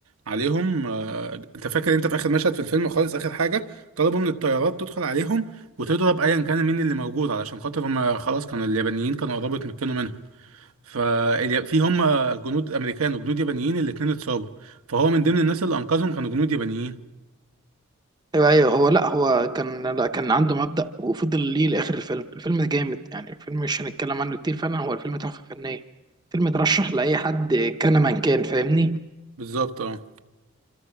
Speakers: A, on the right; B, on the right.
A: عليهم آه، انت فاكر انت في اخر مشهد في الفيلم خالص اخر حاجه طلبوا من الطيارات تدخل عليهم وتضرب ايا كان مين اللي موجود علشان خاطر هم خلاص كانوا اليابانيين كانوا قربوا يتمكنوا منهم ففي هم جنود امريكان وجنود يابانيين الاتنين اتصابوا فهو من ضمن الناس اللي انقذهم كانوا جنود يابانيين
B: ايوه ايوه هو لا هو كان لا كان عنده مبدأ وفضل ليه لاخر الفيلم الفيلم ده جامد يعني الفيلم مش هنتكلم عنه كتير فعلا هو الفيلم تحفة فنية فيلم اترشح لاي حد كان من كان فاهمني
A: بالظبط اه